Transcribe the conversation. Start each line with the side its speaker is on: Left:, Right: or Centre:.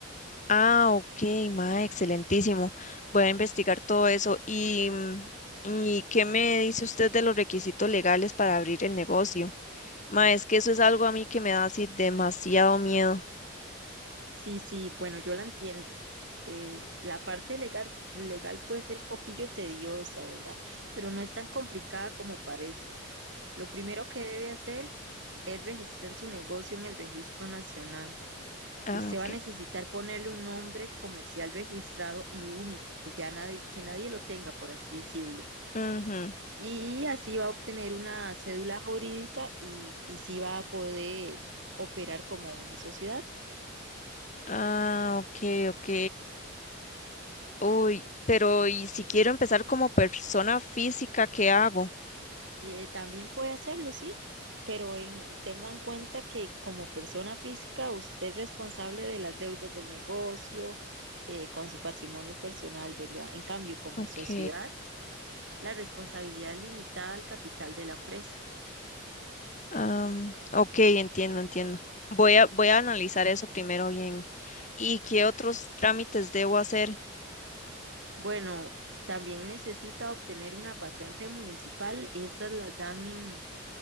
Left: Ah, ok, ma, excelentísimo. Voy a investigar todo eso. ¿Y, mm, y qué me dice usted de los requisitos legales para abrir el negocio? Ma, es que eso es algo a mí que me da así demasiado miedo.
Right: Sí, sí, bueno, yo la entiendo. Eh, la parte legal, legal puede ser un poquillo tediosa, ¿verdad? Pero no es tan complicada como parece. Lo primero que debe hacer es registrar su negocio en el registro nacional.
Left: Ah,
Right: Usted
Left: ok.
Right: va a necesitar ponerle un nombre comercial registrado y único, que ya nadie, que nadie lo tenga, por así decirlo.
Left: Ujú.
Right: Y así va a obtener una cédula jurídica y, y sí va a poder operar como una sociedad.
Left: Ah, ok, ok. Uy, pero ¿y si quiero empezar como persona física, qué hago?
Right: Eh, también puede hacerlo, sí, pero en, tenga en cuenta que como persona física usted es responsable de las deudas del negocio, eh, con su patrimonio personal, ¿verdad? En cambio, como
Left: Ok.
Right: sociedad, la responsabilidad es limitada al capital de la empresa.
Left: am, ok, entiendo, entiendo. Voy a, voy a analizar eso primero bien. ¿Y qué otros trámites debo hacer?
Right: Bueno, también necesita obtener una patente municipal, esas las dan en,